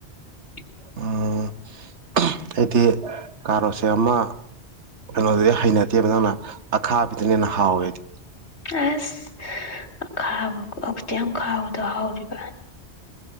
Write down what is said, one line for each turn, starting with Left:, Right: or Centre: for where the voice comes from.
Left: <inaudible>
Right: ꯎꯝ ꯑꯩꯗꯤ ꯀꯥꯔꯣꯁꯦ ꯑꯃ ꯀꯩꯅꯣꯗꯨꯗꯤ ꯍꯩꯅꯗꯦꯕ ꯅꯪꯅ ꯑꯈꯥꯕꯤꯗꯅ ꯍꯦꯟꯅ ꯍꯥꯎꯋꯦꯗꯤ
Left: ꯑꯁ ꯈꯥꯕ ꯈꯛꯇꯤ ꯌꯥꯝ ꯈꯥꯕꯗꯣ ꯍꯧꯥꯎꯔꯤꯕ